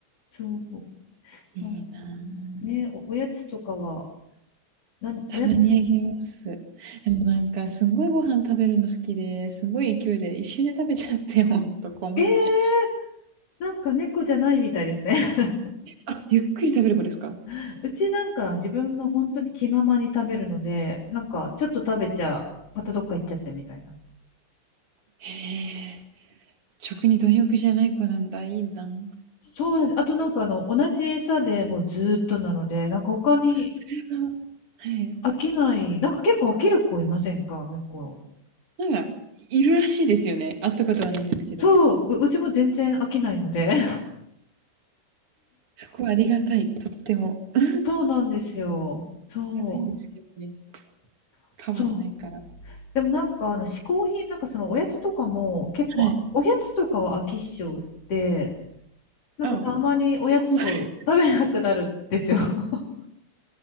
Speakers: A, on the left; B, on the right.
A: そう。
B: いいなぁ。
A: なんかね、お、おやつとかは、何、
B: たまにあげます。
A: おやつ、
B: でもなんか、すんごいご飯食べるの好きで、すごい勢いで一瞬で食べちゃって、<laughs> ほんと困っちゃう。
A: ええーなんか猫じゃないみたいですね。
B: あ、ゆっくり食べる子ですか
A: <laughs> うちなんか自分の本当に気ままに食べるので、なんかちょっと食べちゃ、またどっか行っちゃってみたいな。
B: へえ、食に貪欲じゃない子なんだ、いいな。
A: そうなんです。あとなんかあの、同じ餌でもうずーっとなので、なんか他に
B: それは、はい。
A: 飽きない、なんか結構飽きる子いませんか、猫。
B: なんか、いるらしいですよね。会ったことはないんですけど。
A: そう、う、うちも全然飽きないので。<laughs>
B: そこはありがたい、とっても。あ
A: そうなんですよ。そ
B: りがたいんですけどね。
A: う。
B: 変わんないから。
A: そうでもなんかあの嗜好品なんかそのおやつとかも結構おやつとかは飽き性で
B: はい。
A: なんかたまにおやつを食べなくなるんですよ。
B: あ、え、ご飯
A: <laughs>